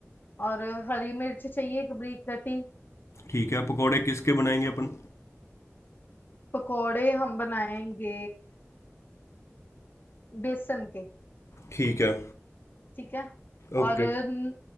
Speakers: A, on the left (about 40°); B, on the left (about 65°).
A: और हरी मिर्च चाहिए एक बारीक कटी
B: ठीक है पकोड़े किसके बनाएंगे अपन
A: पकोड़े हम बनाएंगे बेसन के
B: ठीक है
A: ठीक है
B: ओके
A: और न-